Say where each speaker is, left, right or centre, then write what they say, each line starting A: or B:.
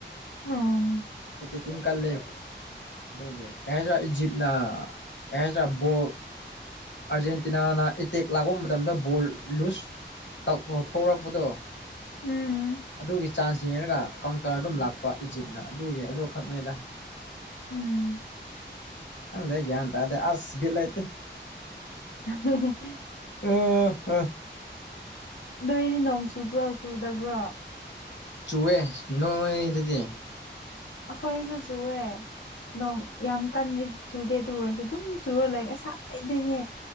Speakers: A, on the left; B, on the left.
A: ꯑꯣ
B: ꯇꯦꯛꯀꯤꯡ ꯀꯂꯦ ꯑꯗꯨꯒꯤ ꯀꯩꯗ꯭ꯔꯥ ꯏꯖꯤꯞꯅ ꯌꯥꯗ꯭ꯔꯥ ꯕꯣꯜ ꯑꯥꯔꯖꯦꯟꯇꯤꯅꯥꯅ ꯏꯇꯦꯛ ꯂꯥꯛꯄ ꯃꯇꯝꯗ ꯕꯣꯜ ꯂꯨꯁ ꯊꯔꯛꯄꯗꯣ
A: ꯎꯝ
B: ꯑꯗꯨꯒꯤ ꯆꯥꯟꯁꯁꯤꯅꯦꯅꯒ ꯀꯥꯎꯟꯇꯔ ꯑꯗꯨꯝ ꯂꯥꯛꯄ ꯏꯖꯤꯞꯅ ꯑꯗꯨꯒꯤ ꯑꯗꯨꯣ ꯈꯛꯅꯦꯗ
A: ꯎꯝ
B: ꯍꯪ ꯂꯩꯒꯦ ꯑꯗ ꯑꯁꯕꯤꯠꯂꯇ
A: <unintelligible>
B: ꯎ ꯎꯥ
A: ꯅꯣꯗꯤ ꯅꯣꯡ ꯆꯨꯕ꯭ꯔꯣ ꯆꯨꯗꯕ꯭ꯔꯣ
B: ꯆꯨꯑꯦ ꯅꯣꯏ ꯑꯗꯨꯗꯤ
A: ꯑꯩꯈꯣꯏꯁꯨ ꯆꯨꯑꯦ ꯅꯣꯡ ꯌꯥꯝ ꯀꯟꯅ ꯆꯨꯗꯦ ꯇ ꯑꯣꯏꯔꯁꯨ ꯑꯗꯨꯝ ꯆꯨꯔ ꯂꯩꯦ ꯉꯁꯥꯏꯗꯩꯅꯦ